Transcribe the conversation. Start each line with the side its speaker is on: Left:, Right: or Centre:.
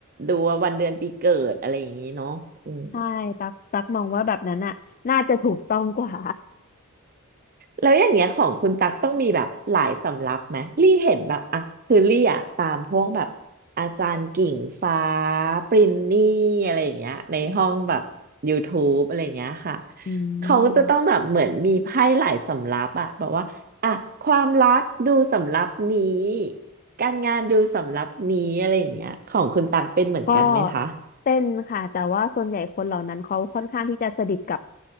Right: ดูว่าวันเดือนปีเกิดอะไรอย่างงี้เนาะอืม
Left: ใช่ตักตักมองว่าแบบนั้นอ่ะน่าจะถูกต้องกว่า
Right: แล้วอย่างเงี้ยของคุณตักต้องมีแบบหลายสำรับไหมลี่เห็นแบบอ่ะคือลี่อ่ะตามพวกแบบอาจารย์กิ่งฟ้าปรินนี่อะไรอย่างเงี้ยในห้องแบบ YouTube อะไรอย่างเงี้ยค่ะ
Left: <laughs> อื
Right: เขาก็จะต้องแบบเหมือนมีไพ่หลายสำรับอะบอกว่าอ่ะความรักดูสำรับนี้
Left: ม
Right: การงานดูสำรับนี้อะไรอย่างเงี้ยของคุณตักเป็นเหมือนกันไหมคะ
Left: ก็เต้นค่ะแต่ว่าส่วนใหญ่คนเหล่านั้นเขาค่อนข้างที่จะสนิทกับ